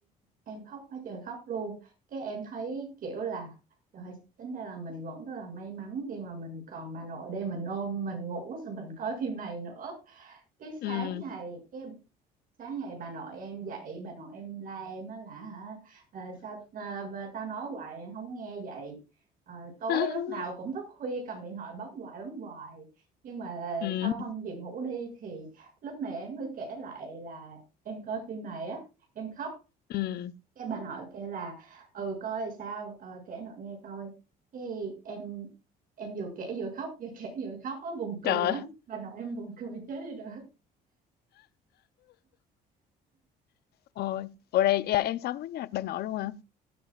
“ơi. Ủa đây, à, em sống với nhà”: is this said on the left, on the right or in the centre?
Left